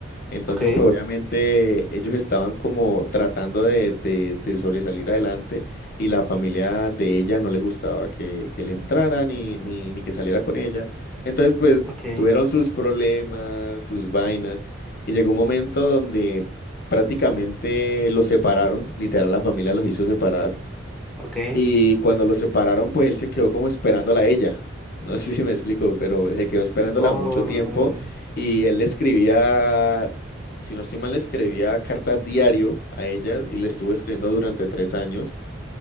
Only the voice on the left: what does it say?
Entonces,
pues obviamente ellos estaban como tratando de, de- de sobresalir adelante y la familia de ella no le gustaba que, que le entrara ni, ni, ni que saliera con ella. Entonces, pues
tuvieron sus problemas, sus vainas y llegó un momento donde prácticamente los separaron, literal la familia los hizo separar
y cuando lo separaron, pues él se quedó como esperándola a ella. No <laughs> sé si me explico, pero se quedó esperándola
mucho tiempo y él le escribía, si no estoy mal, le escribía cartas diario a ella y le estuvo escribiendo durante tres años.